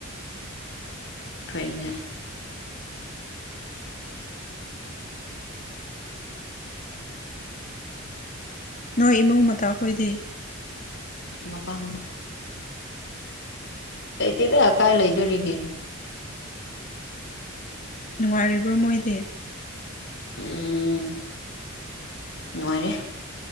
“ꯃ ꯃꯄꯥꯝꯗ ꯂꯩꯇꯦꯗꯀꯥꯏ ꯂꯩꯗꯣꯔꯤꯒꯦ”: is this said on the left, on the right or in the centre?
Left